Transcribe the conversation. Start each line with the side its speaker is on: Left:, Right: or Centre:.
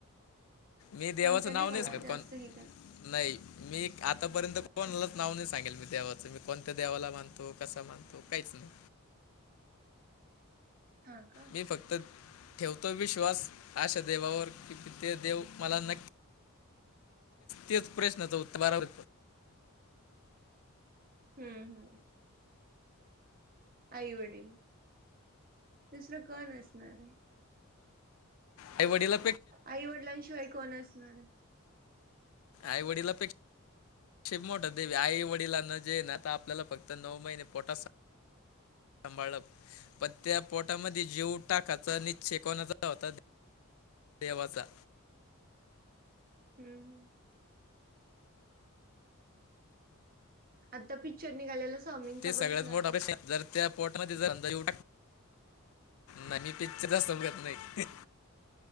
Left: मी
Right: कोणत्या
Left: देवाचं नाव
Right: देवाला
Left: नाहीच घेत
Right: जास्त
Left: कोण
Right: हे कर
Left: नाही मी आतापर्यंत कोणालाच नाव नाही सांगेल, मी देवाचं मी कोणत्या देवाला मानतो कस मानतो. तो काहीच नाही.
Right: हा का हम्म
Left: मी फक्त ठेवतो विश्वास अशा देवावर की, ते देव मला नक्की तेच प्रश्नाचं उत्तर बारब
Right: हम्म हम. आई वडील, दुसरं कोण असणार आहे?
Left: आई वडिला
Right: आई वडिलांशिवाय कोण असणार?
Left: आई वडिलापेक्षा शिवमोठा देवी आई वडीला न जे, न आता आपल्याला फक्त नऊ महिने पोटास सांभाळप पण त्या पोटामध्ये जेव टाकाचा नच शेकवणाचा होता. ते वाचा.
Right: हम्म. आता पिक्चर निघालेला स्वामीनचा
Left: ते सगळ्यात
Right: बघितला
Left: मोठा
Right: का.
Left: प्रश्न आहे. जर त्या पोर्टने जर अधायू. नाही पिकच्चर असत बघत नाही,